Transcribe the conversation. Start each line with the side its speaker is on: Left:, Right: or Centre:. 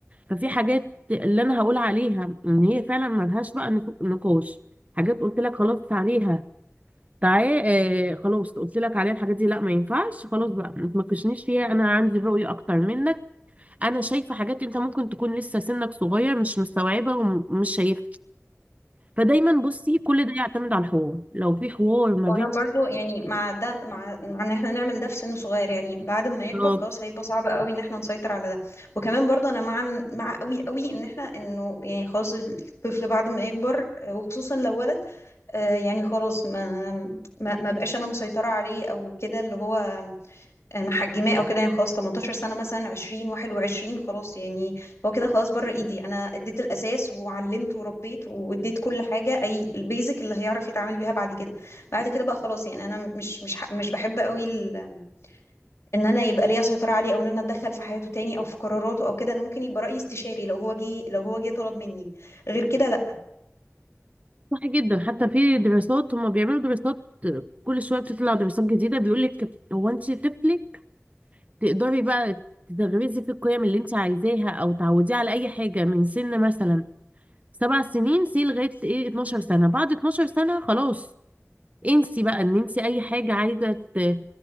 Right: ففي حاجات اللي انا هقول عليها ان هي فعلا ملهاش بقى نك- نقاش حاجات قلت لك خلاص عليها تعالى آه خلاص قلت لك عليها الحاجات دي لا ما ينفعش خلاص بقى ما تناقشنيش فيها انا عندي رؤية اكتر منك انا شايفة حاجات انت ممكن تكون لسه سنك صغير مش مستوعبها ومش شايفها فدايما بصي كل ده يعتمد على الحوار لو في حوار ما
Left: وانا
Right: بين
Left: برضو يعني مع ده مع مع ان احنا نعمل ده في سن صغير يعني بعد ما يكبر
Right: طب
Left: خلاص هيبقى صعب قوي ان احنا نسيطر على ده وكمان برضو انا مع إن- مع قوي قوي ان احنا انه يعني خلاص الطفل بعد ما يكبر آه، وخصوصا لو ولد آه، يعني خلاص ما ما ما بقاش انا مسيطرة عليه او كده اللي هو آه، محجماه او كده يعني خلاص 18 سنه مثلا 20 21 خلاص يعني هو كده خلاص بره ايدي انا اديت الاساس وعلمته وربيت واديت كل حاجه اي البيزك اللي هيعرف يتعامل بيها بعد كده بعد كده بقى خلاص يعني انا مش مش ح- مش بحب قوي ال- ان انا يبقى ليا سيطره عليه او ان انا اتدخل في حياته تاني او في قراراته او كده انا ممكن يبقى رايي استشاري لو هو جه لو هو جه طلب مني غير كده لا
Right: صح جدا حتى في دراسات هم بيعملوا دراسات كل شوية بتطلع دراسات جديدة بيقول لك هو انت طفلك تقدري بقى تغرزي في القيم اللي انت عايزاها او تعوديه على اي حاجه من سن مثلا سبع سنين سي لغايه ايه 12 سنه بعد 12 سنه خلاص انسي بقى ان انت اي حاجه عايزه ت-